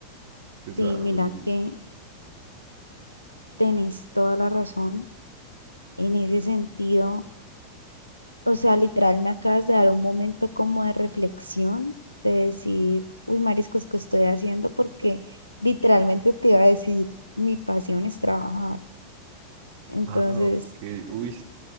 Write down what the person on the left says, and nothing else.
Sí,
mira
que tenés toda la razón en ese sentido. O sea, literal, me acabas de dar un momento como de reflexión, de decir, uy, mariscos, ¿qué estoy haciendo? Porque literalmente te iba a decir, mi pasión es trabajar. Entonces,